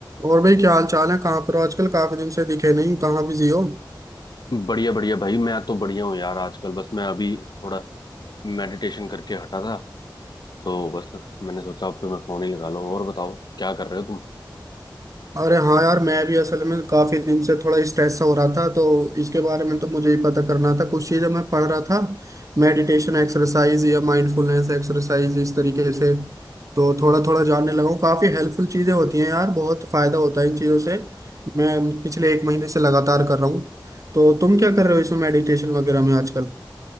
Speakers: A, on the right (about 45°); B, on the left (about 60°).
A: और भाई क्या हाल चाल है कहाँ पर हो आजकल काफी दिन से दिखे नहीं कहाँ बिजी हो
B: बढ़िया बढ़िया भाई मैं तो बढ़िया हूँ यार आजकल बस मैं अभी थोड़ा मेडिटेशन करके हटा था तो बस मैंने सोचा अब तो मैं फोन ही लगा लो और बताओ क्या कर रहे हो तुम
A: अरे हाँ यार मैं भी असल में काफी दिन से थोड़ा स्ट्रेस हो रहा था तो इसके बारे में तो मुझे ही पता करना था कुछ चीजें मैं पढ़ रहा था मेडिटेशन एक्सरसाइज या माइंडफुलनेस एक्सरसाइज इस तरीके से तो थोड़ा थोड़ा जानने लगा हूँ काफी हेल्पफुल चीजें होती हैं यार बहुत फायदा होता है इन चीजों से मैं पिछले एक महीने से लगातार कर रहा हूँ तो तुम क्या कर रहे हो इसमें मेडिटेशन वगैरह में आजकल